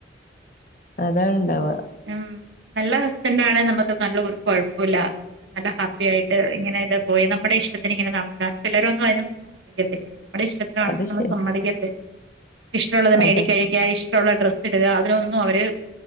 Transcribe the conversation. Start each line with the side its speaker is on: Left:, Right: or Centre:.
Left: അതാണ് ണ്ടാവ്ക
Right: ഉം നല്ല ഹസ്ബൻറ് ആണെ നമുക്ക് നല്ല ഒരു കുഴപ്പല്ല നല്ല ഹാപ്പി ആയിട്ട് ഇങ്ങനെ ഇത് പോയി നമ്മടെ ഇഷ്ടത്തിന് ഇങ്ങനെ നടക്കാൻ ചിലരൊന്നും അതിനൊന്നും സമ്മതിക്കത്തില്ല നമ്മടെ ഇഷ്ടത്തി ത്തിന് നടക്കാൻ
Left: അത്
Right: നമ്മ
Left: ശരി
Right: സമ്മതിക്കത്തില്ല ഇഷ്ടമുള്ളത് മേടികഴിക്കുക
Left: അതെ
Right: ഇഷ്ടമുള്ള ഡ്രസ്സ് ഇടുക അതിനൊന്നും അവര്